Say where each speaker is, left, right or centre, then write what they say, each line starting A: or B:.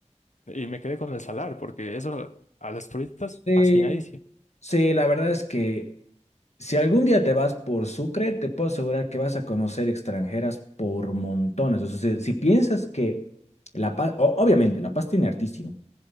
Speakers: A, on the left; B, on the left.
A: Y me quedé con el salar porque eso a los turistas
B: Sí,
A: fascinadísimo.
B: sí, la verdad es que Si algún día te vas por Sucre, te puedo asegurar que vas a conocer extranjeras por montones. O sea, si, si piensas que La Paz, o- obviamente, La Paz tiene artísimo,